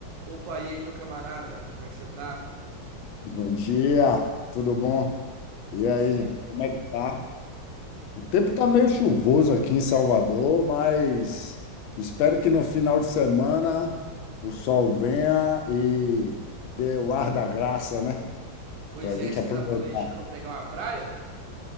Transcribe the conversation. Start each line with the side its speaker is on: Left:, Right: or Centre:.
Right: Opa, e aí, meu camarada? Como é que você tá?
Left: Bom dia, tudo bom? E
Right: Tudo
Left: aí,
Right: certo.
Left: gente, como é que tá? O tempo tá meio chuvoso aqui em Salvador, mas espero que no final de semana o sol venha e dê o ar da graça, né?
Right: Pois
Left: Pra gente
Right: é, você
Left: aproveitar.
Right: tá planejando pegar uma praia?